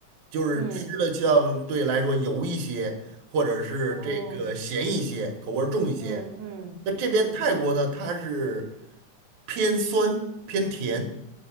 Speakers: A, on the right; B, on the right.
A: 就是吃的相对来说油一些，
B: 嗯，
A: 或者是这个咸一些，
B: 哦，
A: 口味儿重一些。
B: 嗯嗯嗯，
A: 那这边泰国呢，它是偏酸偏甜。